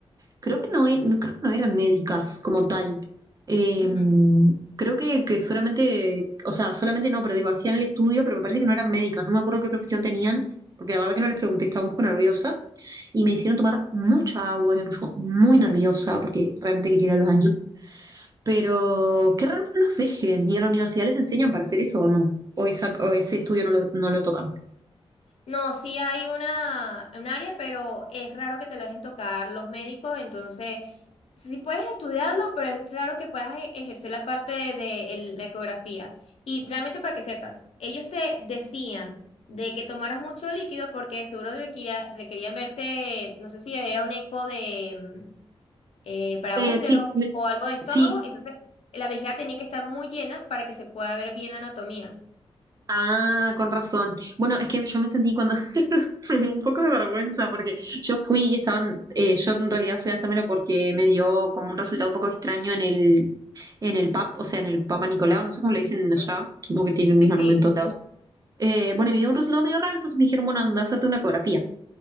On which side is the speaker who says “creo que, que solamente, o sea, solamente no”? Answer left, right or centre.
Right